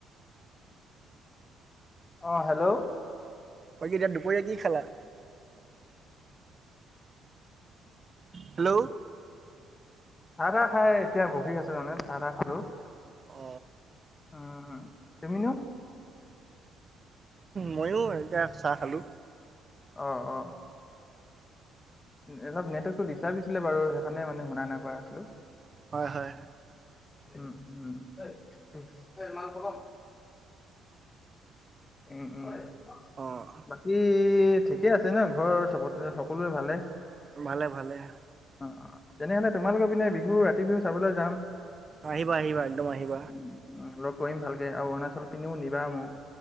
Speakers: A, on the left (about 20°); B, on the right (about 25°).
A: অ হেল্ল'।
B: বাকী এতিয়া দুপৰীয়া কি খেলা। হেল্ল'।
A: চাহ তাহ খাই এতিয়া বহি আছে মানে চাহ তাহ খালো।
B: অ।
A: উ তুমি নো।
B: ময়ো এতিয়া চাহ খালো।
A: অ অ। এলপ নেটৱৰ্কটো ডিষ্টাপ দিছিলে বাৰু সেইকানে মানে শুনা নাই কৰা আছিলো।
B: হয় হয়
A: উম উম মাল প্ৰথম। উম উম।
B: অঁ
A: বাকী ঠিকেই আছে ন ঘৰ চবতে সকলোৱে ভালে।
B: ভালে ভালে।
A: অ', অ', তেনেহ'লে তোমালোকৰ পিনে বিহু ৰাতি বিহু চাবলৈ যাম।
B: আহিবা আহিবা একদম আহিবা।
A: উম, উম, লগ কৰিম ভালকে আৰু অৰুণাচল পিনেও নিবা মোক।